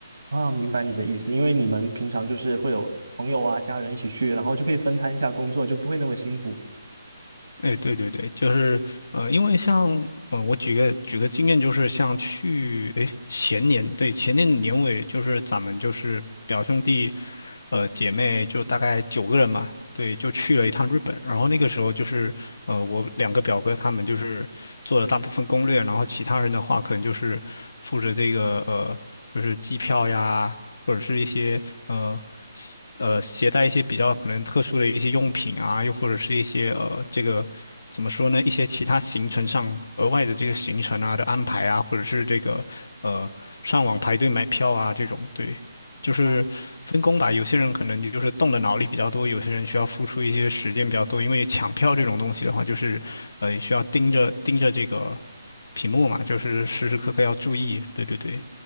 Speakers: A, on the right; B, on the left.
A: 啊？明白你的意思，因为你们平常就是会有朋友啊、家人一起去，然后就可以分摊一下工作，就不会那么辛苦。
B: 哎，对对对，就是呃，因为像呃，我举个举个经验，就是像去哎前年，对前年的年尾，就是咱们就是表兄弟，呃姐妹就大概九个人嘛，对，就去了一趟日本。然后那个时候就是呃，我两个表哥他们就是做了大部分攻略，然后其他人的话可能就是负责这个呃，就是机票呀。或者是一些呃携呃携带一些比较可能特殊的一些用品啊，又或者是一些呃这个怎么说呢，一些其他行程上额外的这个行程啊的安排啊，或者是这个呃上网排队买票啊这种，对，就是分工吧。
A: 啊。
B: 有些人可能就是动的脑力比较多，有些人需要付出一些时间比较多，因为抢票这种东西的话，就是呃需要盯着盯着这个屏幕嘛，就是时时刻刻要注意。对对对。